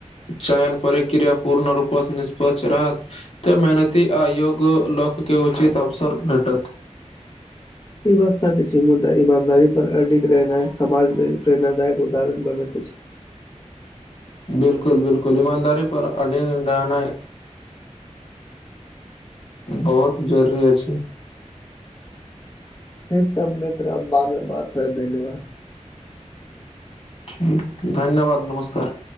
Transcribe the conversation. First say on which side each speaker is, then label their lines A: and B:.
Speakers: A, on the left; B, on the left.
A: चयन परिक्रिया पूर्ण रूपस निष्पक्ष रहत तऽ मेहनती आ योग्य लोकके उचित अवसर भेटत।
B: ई बात सच छै मुद्दा ईमानदारी पर अर्डित रहनाइ समाज लेल प्रेरणादायक उदाहरण बनैत अछि।
A: बिलकुल बिलकुल ईमानदारी पर अडिग रहनाए बहुत जरूरी अछि।
B: ठीक तऽ मित्र आब बाद मे बात करब धन्यवाद।
A: ठीक धन्यवाद नमस्कार।